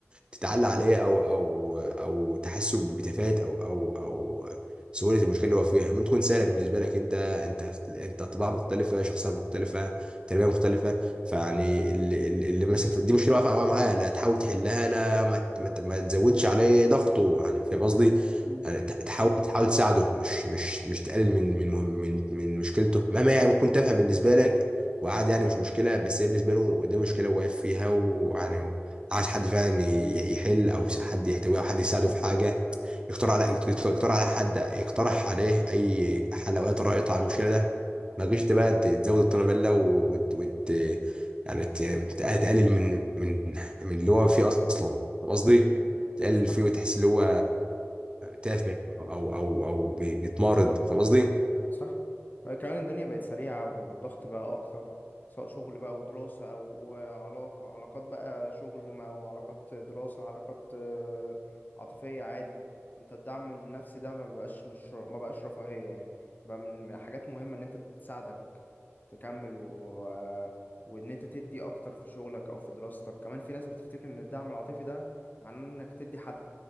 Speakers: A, on the right; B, on the left.
A: تتعلى عليه او او او تحسه بتفاهه او او او سهوله المشكله اللي هو فيها ممكن تكون سهله بالنسبه لك انت انت انت طباع مختلفه شخصيه مختلفه تربيه مختلفه فيعني اللي, اللي اللي مثلا دي مشكله واقفه معاه لا تحاول تحلها لا ما ت- ما ت- ما تزودش عليه ضغطه يعني فاهم قصدي
B: مم.
A: يعني ت- تحاول تحاول تساعده مش مش مش تقلل من من من من مشكلته مهما يعني ممكن تافهه بالنسبه لك وعادي يعني مش مشكله بس هي بالنسبه له دي مشكله واقف فيها ويعني عايز حد فعلا ي- يحل او حد يحتويه او حد يساعده في حاجه يقترح على يقترح على حد يقترح عليه اي حل او اي طريقه يطلع من المشكله ده ما تجيش انت بقى ت- تزود الطنابله وت... وت... يعني ت- تقلل من من من اللي هو فيه اصلا فاهم قصدي تقلل
B: صح
A: فيه وتحس اللي هو تافه او او او بي- بيتمارض فاهم قصدي؟
B: صح آه، كمان الدنيا بقت سريعة والضغط بقى أكتر سواء شغل بقى ودراسة أو علاقة علاقات بقى شغل ما وعلاقات دراسة علاقات آه، عاطفية عادي أنت الدعم النفسي ده ما بقاش مش ما بقاش رفاهية يعني بقى من من حاجات مهمة إن أنت تساعدك تكمل و... آه، وإن أنت تدي أكتر في شغلك أو في دراستك كمان في ناس بتفتكر إن الدعم العاطفي ده معناه إنك تدي حل